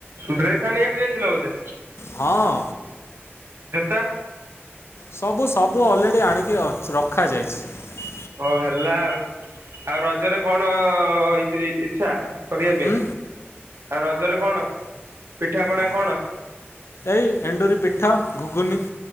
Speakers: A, on the right; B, on the left.
A: ଡ୍ରେସ ଆଣିବାକୁ ଯାଇଥିଲ ବୋଧେ
B: ହଁ।
A: ଯୋତା।
B: ସବୁ ସବୁ ଅଲରେଡ଼ି ଆଣିକି ଅ ରଖାଯାଇଛି।
A: ଓ ହେଲା ଆଉ ଆଉ ରଜରେ କଣ ଇ ଇଛା। କରିବା
B: ହୁଁ
A: ପାଇଁ। ଆଉ ରଜରେ କଣ? ପିଠାପଣା
B: ଆଁ
A: କଣ
B: ଏଇ ଏଣ୍ଡୁରି ପିଠ ଘୁ ଗୁନି।